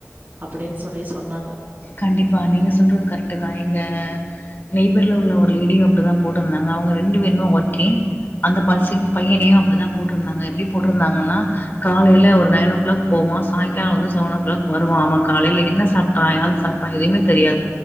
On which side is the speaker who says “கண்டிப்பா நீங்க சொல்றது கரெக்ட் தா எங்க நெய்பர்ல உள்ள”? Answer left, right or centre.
Left